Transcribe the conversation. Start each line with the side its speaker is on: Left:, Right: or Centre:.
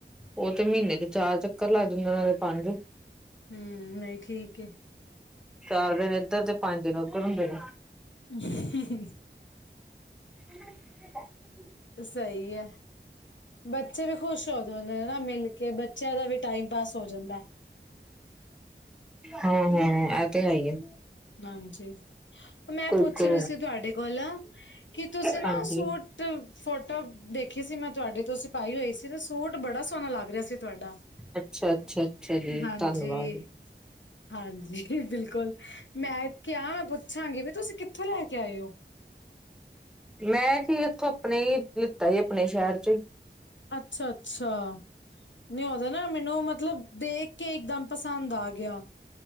Centre: ਉਹ ਤੇ ਮਹੀਨੇ ਚ ਚਾਰ ਚੱਕਰ ਲੱਗ ਜਾਂਦੇ ਉਹਨਾਂ ਦੇ ਪੰਜ,
Left: ਹੂੰ ਨਈ ਠੀਕ ਐ।
Centre: ਚਾਰ ਦਿਨ ਇੱਧਰ ਤੇ ਪੰਜ ਦਿਨ ਉੱਧਰ ਹੁੰਦੇ ਨੇ,
Left: <inaudible>
Centre: <inaudible>
Left: ਸਈ ਐ, ਬੱਚੇ ਵੀ ਖੁਸ਼ ਹੋ ਜਾਂ, ਦੇ ਨਾ ਮਿਲ ਕੇ ਬੱਚਿਆਂ ਦਾ ਵੀ ਟਾਈਮ ਪਾਸ ਹੋ ਜਾਂਦਾ।
Centre: ਹੂੰ-ਹੂੰ ਐ ਤੇ ਹੈ ਈ ਐ।
Left: ਹਾਂਜੀ ਮੈਂ ਪੁੱਛ
Centre: ਇੱਕੋ
Left: ਰੀ ਸੀ ਤੁਹਾਡੇ ਕੋਲੋ ਕੀ ਤੁਸੀਂ ਨਾ
Centre: ਹਾਂਜੀ
Left: ਸੂਟ ਫੋਟੋ ਦੇਖੀ ਸੀ ਮੈਂ ਤੁਹਾਡੇ ਤੋਂ ਪਾਈ ਹੋਈ ਸੀ ਤੇ ਸੂਟ ਬੜਾ ਸੋਹਣਾ ਲੱਗ ਰਿਹਾ ਸੀ ਤੁਹਾਡਾ,
Centre: ਅੱਛਾ, ਅੱਛਾ, ਅੱਛਾ ਜੀ
Left: ਹਾਂਜੀ
Centre: ਧੰਨਵਾਦ।
Left: ਹਾਂਜੀ ਬਿਲਕੁਲ ਮੈਂ ਕਿਹਾ ਪੁੱਛਾਂਗੀ ਵੀ ਤੁਸੀਂ ਕਿੱਥੋਂ ਲੈ ਕੇ ਆਏ ਹੋ।
Centre: ਮੈਂ ਇੱਥੋਂ ਹੀ ਲਿੱਤਾ ਸੀ ਆਪਣੇ ਸ਼ਹਿਰ ਚੋ ਹੀ
Left: ਅੱਛਾ, ਅੱਛਾ। ਨਹੀ ਉਹਦਾ ਨਾ ਮੈਨੂੰ ਮਤਲਬ ਦੇਖ ਕੇ ਇੱਕਦਮ ਪਸੰਦ ਆ ਗਿਆ।